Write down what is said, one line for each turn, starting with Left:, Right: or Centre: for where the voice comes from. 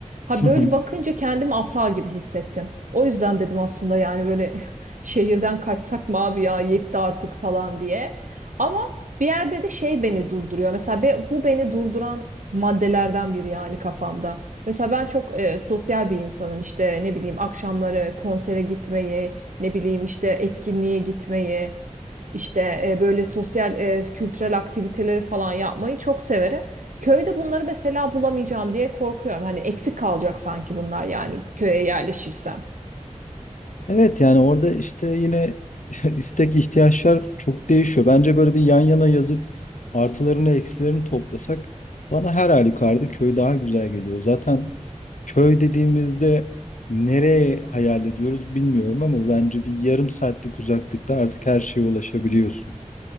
Right: Ha
Left: <laughs>
Right: böyle bakınca kendimi aptal gibi hissettim. O yüzden dedim aslında yani böyle <laughs> şehirden kaçsak mı abi ya yetti artık falan diye. Ama bir yerde de şey beni durduruyor. Mesela be- bu beni durduran maddelerden biri yani kafamda. Mesela ben çok e, sosyal bir insanım. İşte ne bileyim akşamları konsere gitmeyi, ne bileyim işte etkinliğe gitmeyi, işte e, böyle sosyal e, kültürel aktiviteleri falan yapmayı çok severim. Köyde bunları mesela bulamayacağım diye korkuyorum. Hani eksik kalacak sanki bunlar yani köye yerleşirsem.
Left: Evet yani orada işte yine <laughs> istek ihtiyaçlar çok değişiyor. Bence böyle bir yan yana yazıp artılarını eksilerini toplasak bana her halükarda köy daha güzel geliyor. Zaten köy dediğimizde nereye hayal ediyoruz bilmiyorum ama bence bir yarım saatlik uzaklıkta artık her şeye ulaşabiliyorsun.